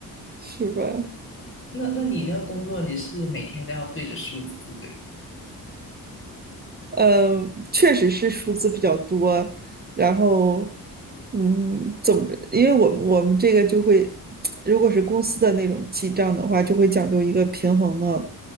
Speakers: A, on the right; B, on the left.
A: <laughs> 是吧？
B: 那那你那个工作，你是每天都要对着数字，对吧？
A: 呃，确实是数字比较多，然后，嗯，总因为我们我们这个就会，如果是公司的那种记账的话，就会讲究一个平衡嘛，